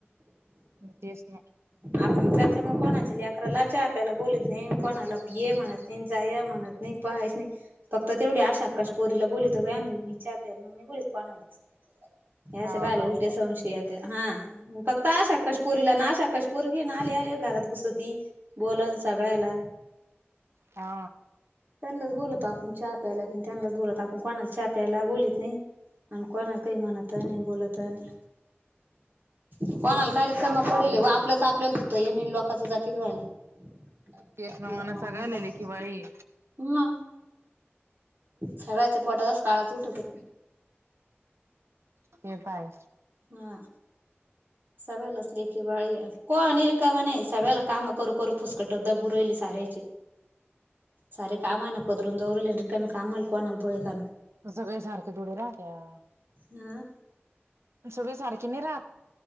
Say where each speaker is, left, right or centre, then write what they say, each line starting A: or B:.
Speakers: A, on the right; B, on the right.
A: तेच नाही
B: आपण त्याच्या मग कोणाच्या लेकराला च्या प्यायला बोलत नाही कोणाला ये म्हणत नाही जा या म्हणत नाही पायच नाही फक्त तेवढी आशा आकाश पोरीला बोलतोय आम् मी चा प्यार मग म बोलतो कोणालाच हेे आशा
A: हा
B: बायाले
A: ग
B: संशय येतय हा फक्त आशाकाशपूरीला नाशाकाशपूर गी ना आल्या आल्या घरात घुसती बोलन सगळ्याला
A: हा
B: त्यांनाच बोलत आपण च्या प्यायला त्यांनाच बोलत आपण कोणाला हा प्यायला बोलत नाही आणि कोणाला काही म्हणत नाही बोलत नाही - कोणाला कारक्रमा
A: राहत
B: पडेल आपलंच आपल्यात यांनी लोकांचं जाती धुवायला <unintelligible>
A: तेच ना माणसं सगळ्यालेले की बाई
B: नाई सगळ्याच्या पोटातच काळाच उठते
A: ते काय
B: हा सगळलच लेखी बळी कोणी - का म्हणे सगळला काम करू करू फुसकटो द बरहिली सारयची सारे काम नाकोद्र उंदवरल र का कामल कोण अल बोळ कान -
A: सगळे सारखे पुढ राहत्या
B: हा.
A: सगळ सारखे न राहत